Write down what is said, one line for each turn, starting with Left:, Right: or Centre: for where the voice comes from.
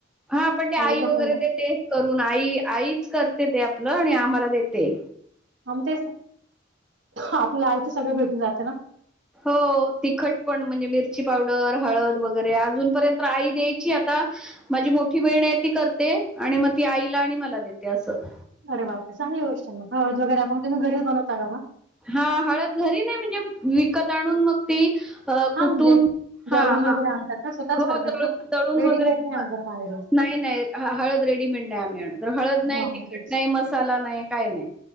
Centre: हा पण
Right: मगाशी
Centre: आई वगैरे
Right: आपण
Centre: देते. करून आई आईच करते ते आपलं आणि आम्हाला देते.
Right: आम ते आपल्या आईच सगळ भेटून जातं ना.
Centre: हो तिखटपण म्हणजे मिर मच्ची पावडर हळद वगैरे अजूनपर्यंत आई द्यायची आता. माझी मोठी बहीण आहे ती करते आणि मग ती आईला आणि मला देते असं.
Right: अर बापर चांगली गोष्ट आहे हळजगैरे आपण तुम्ही घरी बनवता का मग?
Centre: हा हळद घरी नाही म्हणजे विकत आणून मग ती अ
Right: हा
Centre: कुठून.
Right: म्हणजे दळून
Centre: हा हा
Right: वगैरे आणतात ना स्वतःच
Centre: होळून
Right: करतात ना
Centre: तळून
Right: रेडीमेड
Centre: वगैरे, नाय.
Right: नाही आणणार बाहेरून
Centre: नाही नाही हळद रेडीमेंड नाही आणत, आम्ही आण तर हळद नाही
Right: हा
Centre: तिखट
Right: हा तेच
Centre: नाही मसाला नाही काय नाही.